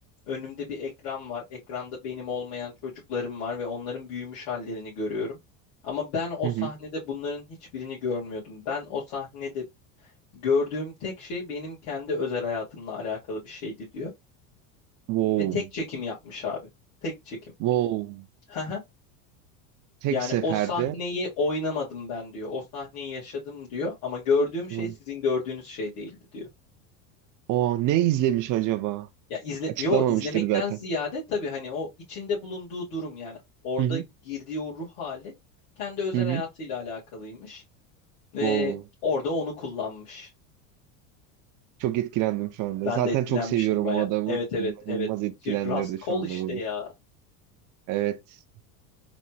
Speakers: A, on the left (about 60°); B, on the right (about 45°).
A: Önümde bir ekran var. Ekranda benim olmayan çocuklarım var ve onların büyümüş hallerini görüyorum. Ama ben o
B: Hı
A: sahnede
B: hı.
A: bunların hiçbirini görmüyordum. Ben o sahnede gördüğüm tek şey benim kendi özel hayatımla alakalı bir şeydi diyor.
B: Wow.
A: Ve tek çekim yapmış abi. Tek çekim.
B: Wow.
A: Hı hı.
B: Tek
A: Yani
B: seferde.
A: o sahneyi oynamadım ben diyor. O sahneyi yaşadım diyor. Ama gördüğüm şey
B: O
A: sizin gördüğünüz şey değildi diyor.
B: o ne izlemiş acaba?
A: Ya izle
B: Açıklamamıştır
A: yo izlemekten
B: zaten.
A: ziyade tabii hani o içinde bulunduğu durum yani orada
B: Hı hı.
A: girdiği o ruh hali kendi özel
B: Hı hı.
A: hayatıyla alakalıymış ve
B: Wow.
A: orada onu kullanmış.
B: Çok etkilendim şu anda.
A: Ben
B: Zaten
A: de etkilenmiştim
B: çok seviyorum
A: baya.
B: o adamı.
A: Evet evet
B: İnanılmaz
A: evet.
B: etkilendirdi
A: Şey, Rust
B: şu
A: Cole
B: anda
A: işte
B: beni.
A: ya.
B: Evet.